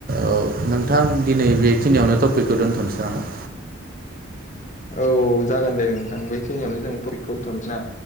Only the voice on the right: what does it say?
औ नोंथां दिनै बेखिनियावनो टपिकखौ दोन्थ'नोसै नामा